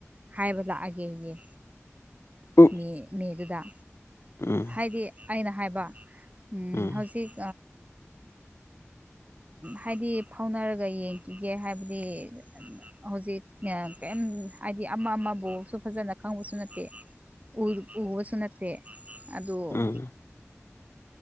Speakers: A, on the right; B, on the left.
A: ꯍꯥꯏꯕ ꯂꯥꯛꯑꯒꯦ ꯑꯩ
B: ꯎ
A: ꯃ ꯃꯦꯗꯨꯗ
B: ꯎꯝ
A: ꯍꯥꯏꯗꯤ ꯑꯩꯅ ꯍꯥꯏꯕ
B: ꯎꯝ
A: ꯍꯧꯖꯤꯛ ꯍꯥꯏꯗꯤ ꯐꯥꯎꯅꯔꯒ ꯌꯦꯡꯈꯤꯒꯦ ꯍꯥꯏꯕꯗꯤ ꯍꯧꯖꯤꯛ ꯀꯩꯝ ꯍꯥꯏꯗꯤ ꯑꯃ ꯑꯃꯕꯨꯁꯨ ꯐꯖꯅ ꯈꯪꯕꯁꯨ ꯅꯠꯇꯦ ꯎ ꯎ ꯍꯁꯨꯟꯇꯩ ꯑꯗꯨꯗ
B: ꯎꯝ